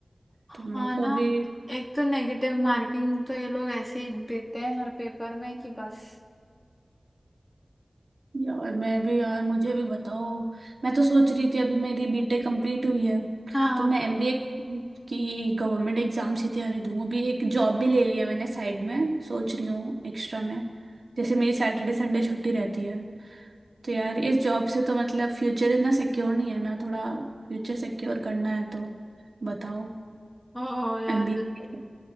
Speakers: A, on the left (about 15°); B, on the right (about 65°).
A: हाँ
B: तो मैं तो
A: ना
B: अभी
A: एक तो नेगेटिव मार्किंग तो ये लोग ऐसे ही देते हैं हर पेपर में कि बस
B: यार मैं भी यार मुझे भी बताओ मैं तो सोच रही थी अभी मेरी बीटेक कंप्लीट हुई है
A: हाँ
B: तो मैं एमबीए की गवर्नमेंट एग्जाम्स की तैयारी दूँ अभी एक जॉब भी ले लिया मैंने साइड में सोच रही हूँ एक्स्ट्रा में जैसे मेरी सैटरडे संडे छुट्टी रहती है तो यार इस जॉब से तो मतलब फ्यूचर इतना सिक्योर नहीं है ना थोड़ा फ्यूचर सिक्योर करना है तो बताओ
A: ओ यार
B: एमबीए